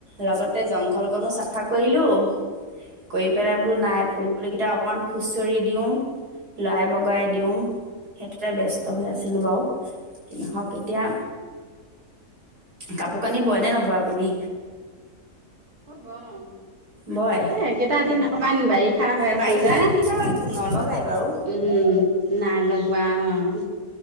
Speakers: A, on the right; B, on the right.
A: লগতে জং -ঘলকণো চাফা কৰিলোঁ। কৰি পেলাই বোলো নাই ফুলবোৰ কেইটা অকমান খুছৰি দিও লৰাই বগৰাই বগৰাই দিওঁ সেইটোতে ব্যস্ত হৈ আছিলোঁ বাৰু ইহঁত এতিয়া। কাপোৰ কানি বয় নে নবয় আপুনি?
B: বও
A: বয়
B: এ এইকেইটা দিন অকমান বাৰিষা হাঁহ হৈ আছ
A: বাৰিষা
B: যে
A: দিনকেইটা বাৰু নলগাই বাৰু
B: উম ন লগাও